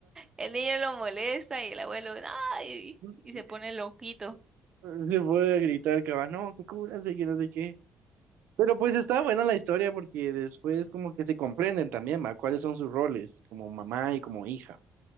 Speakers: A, on the right (about 20°); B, on the right (about 80°).
A: el niño lo molesta y el abuelo, ay,
B: <laughs>
A: y se pone loquito.
B: Se puede gritar, que va. no, que cúbranse, que no sé qué. Pero pues está buena la historia porque después como que se comprenden también, ¿va? ¿Cuáles son sus roles como mamá y como hija?